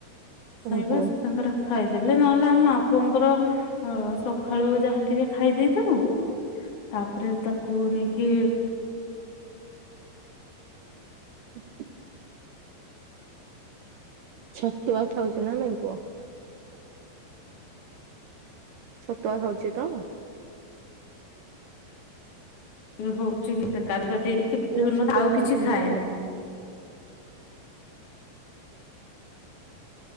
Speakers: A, on the left (about 50°); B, on the right (about 75°).
A: ଖାଇବା
B: ଓହୋ
A: ସେ ତାଙ୍କର ଖାଇଦେଲେ ନହେଲେ ଆମ ମା ପୁଅ ଙ୍କର ସକାଳୁ ଯାହାେଲେ ଟିକେ ଖାଇ ଦେଇଥିବୁ ତାପରେ ତାକୁ ନେଇକି
B: ହୁଁ! ଛତୁଆ ଖାଉଛି ନା ନାଇଁ ପୁଅ? ଛତୁଆ ଖାଉଛି ତ?
A: ହଉଛି ଗାଧୁ ଦେଇିକି
B: ପୁଅ ଛତୁଆ
A: ଆଉ
B: ଖାଉଛନ୍ତି
A: କିଛି ଖାଏନି।
B: ନା ନାଇଁ
A: <inaudible>